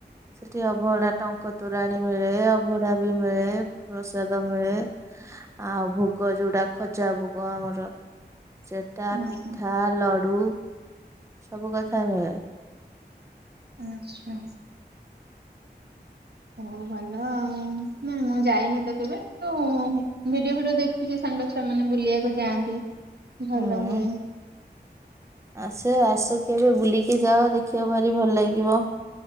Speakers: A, on the right; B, on the right.
A: ସେଠି ଅଭଡା ଟଙ୍କ ତୁରାଣୀ ମିଳେ ଅଭଡା <unintelligible> ପ୍ରସାଦ ମିଳେ ଆଉ ଭୋଗ ଯୋଉଟା ଖଜା ଭୋଗ ଆମର ସେଟା
B: ଓହୋ
A: ପିଠା ଲଡ଼ୁ ସବ କଥା ହୁଏ।
B: ଆଚ୍ଛା। ହଉ ଭଲ ନା ମୁଁ ଯାଇନି ତ କେବେ କିନ୍ତୁ ଭିଡିଓ ଭିଡିଓ ଦେଖିଛି ସାଙ୍ଗ ଛୁଆମାନେ ବୁଲିବାକୁ ଯାଆନ୍ତି। ଭଲ
A: ହୁଁ
B: ହୁଏ
A: ଆସ ଆସ କେବେ ବୁଲିକି ଯାଅ ଦେଖିବାକୁ ଭାରି ଭଲ ଲାଗିବ।